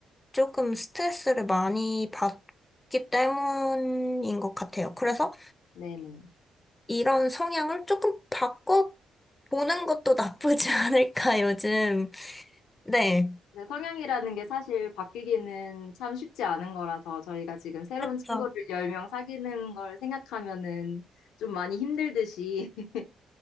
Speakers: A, on the left (about 15°); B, on the left (about 85°).
A: 조금 스트레스를 많이 받기 때문인 것 같아요. 그래서
B: 네네.
A: 이런 성향을 조금 바꿔 보는 것도 나쁘지 <laughs> 않을까, 요즘. 네.
B: 근데 성향이라는 게 사실 바뀌기는 참 쉽지 않은 거라서 저희가 지금 새로운
A: 그쵸.
B: 친구를 10명 사귀는 걸 생각하면은 좀 많이 힘들듯이 <laughs>